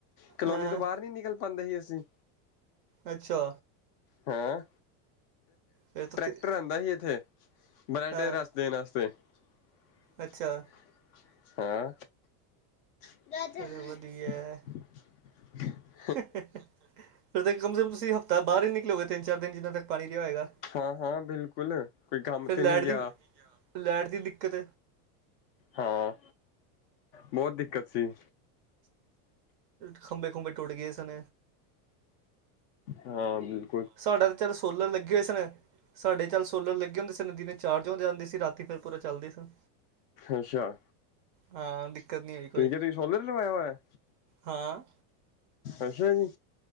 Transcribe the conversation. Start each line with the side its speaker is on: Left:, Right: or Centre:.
Left: ਕਲੋਨੀ
Right: ਹਾਂ ਹਾਂ
Left: ਤੋਂ ਬਾਹਰ ਨੀ ਨਿਕਲ ਪਾਉਂਦੇ ਸੀ ਅਸੀਂ।
Right: ਅੱਛਾ।
Left: ਹਾਂ।
Right: ਫਿਰ ਤੁਸੀਂ
Left: ਟਰੈਕਟਰ ਆਉਂਦਾ ਸੀ ਇੱਥੇ। <inaudible>
Right: ਹਾਂ ਅੱਛਾ
Left: <inaudible>
Right: ਚਲੋ ਵਧੀਆ ਹੈ। ਫਿਰ ਤਾਂ ਕਮ ਸੇ ਕਮ ਤੁਸੀਂ ਹਫ਼ਤਾ ਬਾਹਰ ਹੀ ਨਿਕਲੋਗੇ ਤਿੰਨ ਚਾਰ ਦਿਨ ਜਿਨਾਂ ਤੱਕ ਪਾਣੀ ਰਿਹਾ ਹੋਏਗਾ।
Left: ਹਾਂ- ਹਾਂ ਬਿਲਕੁਲ ਕੋਈ ਕੰਮ
Right: ਫਿਰ
Left: ਤੇ
Right: ਲਾਈਟ
Left: ਨਹੀਂ ਗਿਆ।
Right: ਦੀ ਲਾਈਟ ਦੀ ਦਿੱਕਤ
Left: ਹਾਂ। ਬਹੁਤ ਦਿੱਕਤ ਸੀ।
Right: ਖੰਬੇ ਖੁੰਬੇ ਟੁੱਟ ਗਏ ਸਨ।
Left: ਹਾਂ ਬਿਲਕੁ
Right: ਸਾਡਾ ਤਾਂ ਚੱਲ ਸੋਲਰ ਲੱਗੇ ਹੋਏ ਸਨ। ਸਾਡੇ ਚੱਲ ਸੋਲਰ ਲੱਗੇ ਹੁੰਦੇ ਸੀ ਨਦੀ ਨੇ ਚਾਰਜ ਹੋ ਜਾਂਦੇ ਸੀ ਰਾਤੀ ਫਿਰ ਪੂਰਾ ਚੱਲਦੇ ਸਨ।
Left: ਅੱਛਾ
Right: ਹਾਂ ਦਿੱਕਤ ਨਹੀਂ ਹੋਈ ਕੋਈ
Left: ਠੀਕ ਹੈ ਤੁਸੀਂ ਸੋਲਰ ਲਵਾਇਆ ਹੋਇਆ।
Right: ਹਾਂ
Left: ਅੱਛਾ ਜੀ।